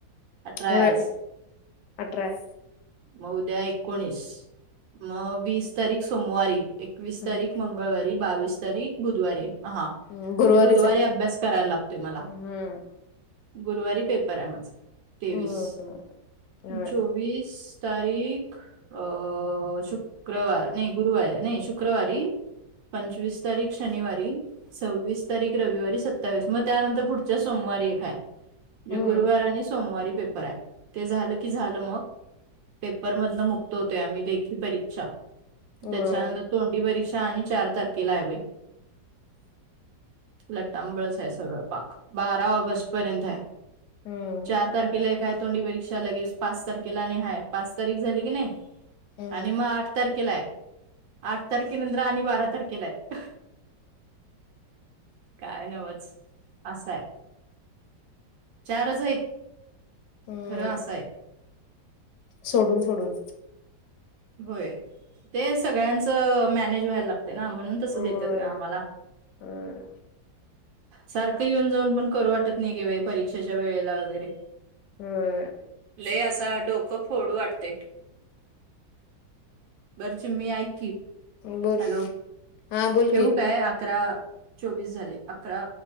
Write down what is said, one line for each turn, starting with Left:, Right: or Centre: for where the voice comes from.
Right: अठरा आहे
Left: व्हय
Right: आज
Left: अठरा आहे.
Right: म उद्या एकोणीस, मग वीस तारीख सोमवारी एकवीस
Left: हम्म
Right: तारीख मंग मंगळवारी, बावीस तारीख बुधवारी. हा म्हणजे
Left: हम्म गुरुवारीच
Right: बुधवारी
Left: आहे
Right: अभ्यास करायला लागतोय मला.
Left: हम्म
Right: गुरुवारी पेपर आहे माझा तेवीस,
Left: हम्म होय
Right: चोवीस तारीख अ शुक्रवार, नाही गुरुवारी, नाही शुक्रवारी. पंचवीस तारीख शनिवारी सव्वीस तारीख रविवारी, सत्तावीस मग त्यानंतर पुढच्या सोमवारी एक‌ आहे. म्हणजे
Left: हम्म
Right: गुरुवार आणि सोमवारी पेपर आहे, ते झालं की झालं मग. पेपरमधन मुक्त होतोय आम्ही, लेखी परीक्षा
Left: होय
Right: त्याच्यानंतर तोंडी परीक्षा आणि चार तारखेला आहे बाई. लट्टांबळच आहे सगळं पाक, बारा ऑगस्ट पर्यंत आहे.
Left: हम्म
Right: चार तारखेला एक हाय तोंडी परीक्षा, लगेच पाच तारखेला आणि हाय पाच तारीख झाली की, नाही
Left: हम्म
Right: आणि मग आठ तारखेला आहे, आठ तारखे नंतर आणि बारा तारखेला आहे. काय नवच असंय. चारच आहेत,
Left: हम्म
Right: खरं असंय.
Left: सोडून सोडून
Right: होय, ते सगळ्यांचं मॅनेज व्हायला लागतंय. ना म्हणून तस
Left: होय
Right: देतात ग आम्हाला
Left: होय
Right: सारखं येऊन -जाऊन पण करू वाटत नाही घे बाई, परीक्षेच्या वेळेला वगैरे.
Left: होय
Right: लय असा डोकं फोडू वाटतंय. बर चिमी ऐक की,
Left: बोल
Right: हॅलो,
Left: हा बोल
Right: ठेवू
Left: की
Right: काय? अकरा चोवीस झाले, अकरा